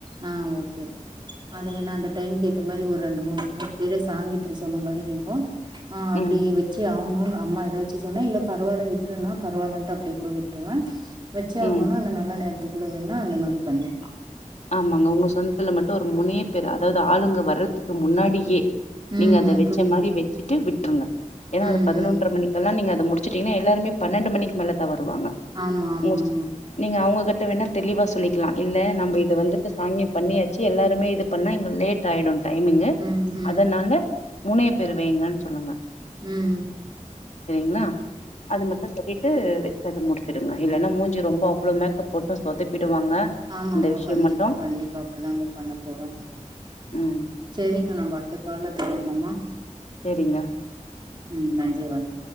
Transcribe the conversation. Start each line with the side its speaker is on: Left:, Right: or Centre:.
Right: ஆ ஓகே அது வேண்ணா அந்த டைம்க்கு கேத்த மாரி ஒரு ரெண்டு மூணு பேர சாங்கியத்துக்கு சொன்ன மாரி நீங்கோ ஆ அப்டியே
Left: ம்
Right: வெச் சி ஆவ்னுன் அம்மா எதாச்சி சொன்னா இல்ல பரவால்ல விட்டுருன்னா பரவாலன்ட்டு அப்டியே கூட விட்டுருவே வெச்சே
Left: ம்
Right: ஆவுணுன்னா அந்த நல்ல நேரத்துக்குள்ள வேண்ணா அந்த மாரி பண்ணிக்லா
Left: ஆமாங்க உங்க சொந்தத்துல மட்டோ ஒரு மூணே பேரு அதாவது ஆளுங்க வர்றத்துக்கு முன்னாடியே
Right: ம்
Left: நீங்க அத
Right: ம்
Left: வெச்ச
Right: புரியுது
Left: மாரி வெ சிட்டு விட்டுருங்க ஏனா
Right: ம்
Left: அது பதினொன்டர
Right: ம்
Left: மணிக்கெல்லா நீங்க அத முடிச்சுட்டீங்கன்ன எல்லாருமே பன்னெண்டு மணிக்கு மேல தா வருவாங்க
Right: ஆமா ஆமா
Left: மோஸ்
Right: ஆமா
Left: நீங்க அவுங்ககிட்ட வேண்ணா தெளிவா சொல்லிக்கலா இல்ல நம்ம
Right: ம்
Left: இத வந்துட்டு சாங்கியோ பண்ணியாச்சி எல்லாருமே இது பண்ணா இங்க லேட் ஆயிடு டைமிங்கு
Right: ம் ம்
Left: அதனால மூணே பேரு வெய்ங்கன் சொல்லுங்க
Right: ம் ம்
Left: செரிங்களா அது மட்டோ சொல்லி ட்டு வெச்சு அத முடிச்சுடுங்க இல்லனா மூஞ்சி ரொம்ப அவ்ளோ மேக்கப் போட்டும் சொதப்பிடுவாங்க
Right: ஆமாங்க
Left: இந்த விஷயம்
Right: கண்டிப்பா
Left: மட்டு
Right: கண்டிப்பா அப்டிதாங்க பண்ண போறோ
Left: ம்
Right: செரிங்க நம்ம அடுத்த காலு தொடர லாமா
Left: செரிங்க
Right: ம் நன்றி வணக்